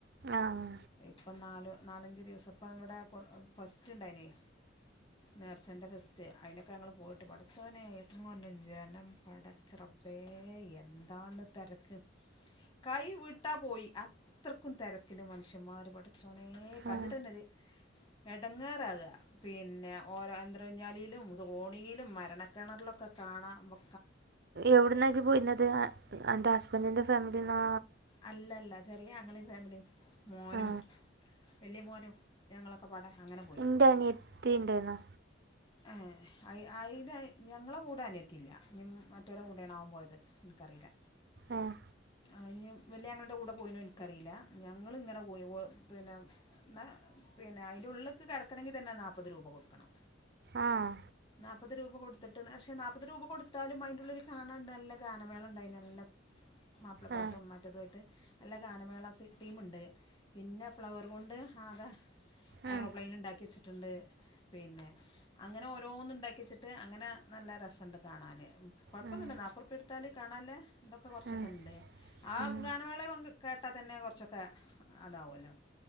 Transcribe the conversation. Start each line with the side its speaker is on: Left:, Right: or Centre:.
Right: ആഹ്
Left: ഇപ്പം നാല് നാലഞ്ചദിവസപ്പം ഇവിടെ ഫസ്റ്റ് ഇണ്ടയിനിം നേർച്ചന്റെ ഫെസ്റ്റ് അയിനൊക്കെ ഞങ്ങള് പോയിട്ട് പടചോനെ എത്രങ്ങാ ജനം പടച്ചറബേ എന്താണ് തെരക്ക് കൈ വീട്ടാപോയി അത്രക്കും തെരക്കിൽ മനുഷ്യന്മാർ പട ചോനേ കണ്ടിട്ടനൊര്
Right: ആ
Left: എടങ്ങാറാക പിന്നെ ഓരോ എന്ത്രഞ്ഞാലീലും തോണിലും മരണക്കെണറിലൊക്കെ കാണമ്
Right: എവിടന്നജ് പോയിന്നത് അന്റെ ഹസ്ബന്റിന്റെ ഫാമിലിന്നാ
Left: അല്ല അല്ല ചെറിയഅങ്ങളേം ഫാമിലിം മോനും
Right: ആ
Left: വല്യ മോനും ഞങ്ങളൊക്കെപടടെ അങ്ങനെ പോയി
Right: ഇന്റെ അനിയത്തി ഇണ്ടെന്നു
Left: ഏഹ് അ അയിൽ ഞങ്ങളെ കൂടെ അനിയത്തില്ല ഇനി മറ്റോരുടെയാണാവോ പോയത് ൻക്കറീല്ല
Right: ആഹ്
Left: അയ്ഞ് വല്യങ്ങളുടെ കൂടെ പോയിനോ ഇൻക്കറില്ല ഞങ്ങള് ഇങ്ങനെ പോ പോയി പിന്നെ ന്ന പിന്നെ അയിന്റെ ഉള്ളക്ക് കെടക്കണെങ്കി തന്നെ നാല്പ്പത് രൂപ കൊടുക്കണം
Right: ആഹ്
Left: നാല്പ്പത് രൂപ കൊടുത്തിട്ട് പക്ഷെ നാല്പ്പത് രൂപ കൊടുത്താലും അയിന്റുള്ളിൽ കാണാൻ നല്ല ഗാനമേളണ്ടയിനി നല്ല മാപ്പ്ളപാട്ടും
Right: ആ
Left: മ റ്റതായിട്ട് നല്ല ഗാനമേള സെറ്റ് ടീമിണ്ട് പിന്നെ ഫ്ലവർ കൊണ്ട് ആകെ
Right: ഉം,
Left: ഏറോപ്ലെയിന്ണ്ടാക്കി വെച്ചിട്ടുണ്ട് പിന്നെ അങ്ങനെ ഓരോന്നിണ്ടാക്ക്യച്ചിട്ട് അങ്ങനെ നല്ല രസണ്ട് കാണാന് കൊഴപ്പന്നുല്ല
Right: ഉം,
Left: നാപ്പുറപ്യ കൊടുത്താല് കാണല്ലെ ഇതൊക്കെ കൊറച്ചൊക്കെണ്ട്
Right: ഉം,
Left: ആ
Right: ഉം.
Left: ഗാനമേളെ കേട്ടാ തന്നെ കൊറച്ചൊക്കെ താവല്ലോ